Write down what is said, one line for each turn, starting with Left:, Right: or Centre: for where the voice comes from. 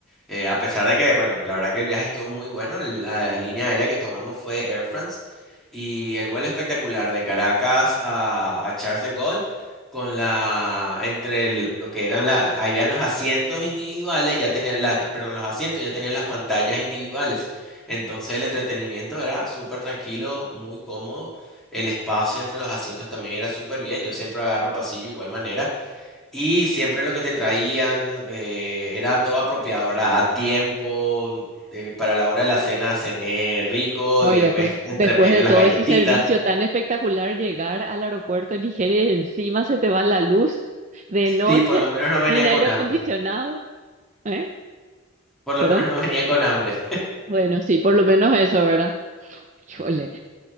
Centre: Eh, a pesar de que, bueno, la verdad que el viaje estuvo muy bueno. La línea aérea que tomamos fue Air France y el vuelo espectacular de Caracas a, a Charles de Gaulle con la, entre el- lo que eran la, ahí habían los asientos individuales, ya tenían las, perdón, los asientos ya tenían las pantallas individuales. Entonces el entretenimiento era súper tranquilo, muy cómodo. El espacio entre los asientos también era súper bien. Yo siempre agarro pasillo igual manera. Y siempre lo que te traían eh, era todo apropiado, ¿verdad? A tiempo, eh, para la hora de la cena cené rico
Right: No,
Centre: y
Right: y
Centre: después
Right: después,
Centre: entre
Right: después
Centre: medio
Right: de
Centre: las
Right: todo
Centre: galletitas.
Right: este servicio tan espectacular, llegar al aeropuerto en Nigeria y encima se te va la luz <laughs> de noche,
Centre: Sí, por lo menos no venía
Right: sin
Centre: con
Right: aire acondicionado,
Centre: hambre.
Right: ¿eh?
Centre: Por lo
Right: ¿Perdón?
Centre: menos no venía con hambre.
Right: Bueno, sí, por lo menos eso, ¿verdad? Híjole.